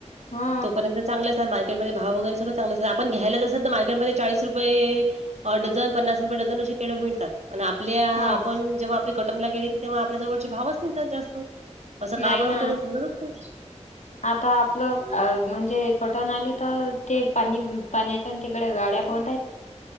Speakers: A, on the left; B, on the right.
A: हा
B: तोपर्यंत चांगले असात मार्केटमध्ये भाव वगैर सगळ चांगलं असात. आणि घ्यायला जस तर मार्केटमध्ये चाळीस रुपये डझन पन्नास रुपये डझन असे केडे मिळतात. आणि आपल्या
A: हा
B: आपण जेव्हा आपली कटनला गेली तेव्हा आपल्या जवळचे भावच न्हाय जास्त असं का
A: नाही
B: बरं
A: ना.
B: होते हे समजतच नाही
A: आता आपलं म्हणजे कटण आली तर ते पाणी पाण्याच्या तिकडे गाड्या बंद आहेत.